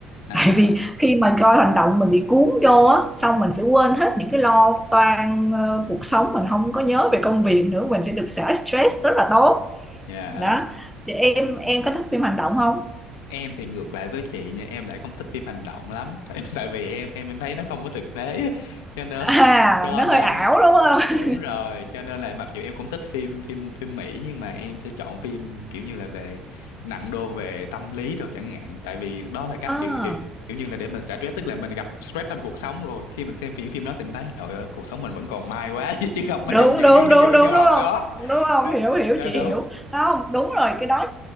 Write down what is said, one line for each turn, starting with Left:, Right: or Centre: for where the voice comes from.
Left: à
Centre: tại vì khi mà coi hành động mình bị cuốn vô á xong mình sẽ quên hết những cái lo toan ờ, cuộc sống mình không có nhớ về công việc nữa mình sẽ được xả stress rất là tốt
Left: dạ
Centre: đó thì em em có thích phim hành động không
Left: em thì ngược lại với chị nha em lại không thích phim hành động lắm <laughs> tại tại vì em em em thấy nó không có thực tế <laughs> á. cho nên
Centre: à
Left: <laughs> cho
Centre: nó
Left: nên
Centre: hơi ảo đúng không
Left: đúng rồi cho nên là mặc dù em cũng thích phim phim phim Mỹ nhưng mà em sẽ chọn phim kiểu như là về nặng đô về tâm lý đâu chẳng hạn tại vì đó là cách
Centre: à,
Left: kiểu kiểu kiểu như là để mình xả stress tức là mình gặp stress trong cuộc sống rồi khi mình xem phim phim đó thì mình thấy trời ơi cuộc sống mình vẫn còn may quá <laughs> chứ không
Centre: đúng
Left: có trong những
Centre: đúng
Left: những
Centre: đúng
Left: những những
Centre: đúng
Left: trường
Centre: đúng
Left: hợp
Centre: không
Left: đó
Centre: đúng không
Left: chứ
Centre: hiểu hiểu
Left: dạ
Centre: chị
Left: đúng
Centre: hiểu không đúng rồi cái đó